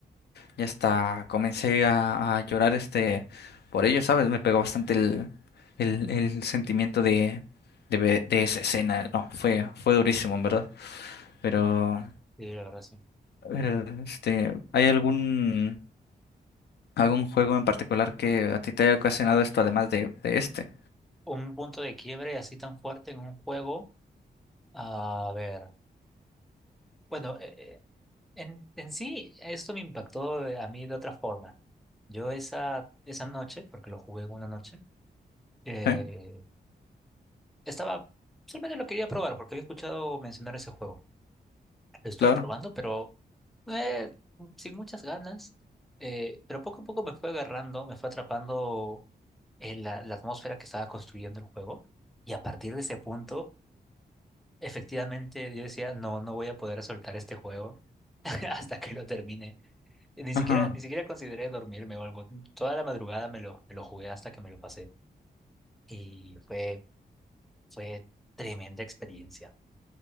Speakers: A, on the left; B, in the centre.
A: y hasta comencé a, a llorar este por ello, ¿sabes? Me pegó bastante el, el, el sentimiento de, de, ve- de esa escena. No, fue, fue durísimo, en verdad. Pero,
B: Sí, la verdad sí.
A: eh, este, ¿hay algún ¿Algún juego en particular que a ti te haya ocasionado esto además de, de este?
B: Un punto de quiebre así tan fuerte en un juego. A ver. Bueno, eh, eh, en, en sí esto me impactó eh, a mí de otra forma. Yo esa, esa noche, porque lo jugué en una noche, eh,
A: Sí,
B: estaba, solamente lo quería probar porque había escuchado mencionar ese juego. Lo estuve
A: claro.
B: probando, pero eh, sin muchas ganas. eh, pero poco a poco me fue agarrando, me fue atrapando eh, la, la atmósfera que estaba construyendo el juego. Y a partir de ese punto, efectivamente, yo decía, no, no voy a poder soltar este juego <laughs> hasta que lo termine. Ni
A: Ajá.
B: siquiera, ni siquiera consideré dormirme o algo. Toda la madrugada me lo, me lo jugué hasta que me lo pasé. Y fue, fue tremenda experiencia.